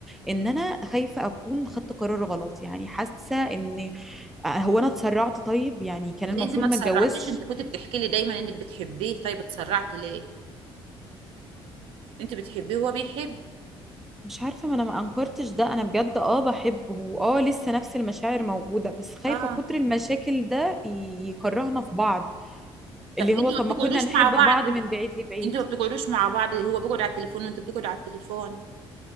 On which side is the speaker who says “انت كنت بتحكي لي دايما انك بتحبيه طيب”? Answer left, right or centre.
Right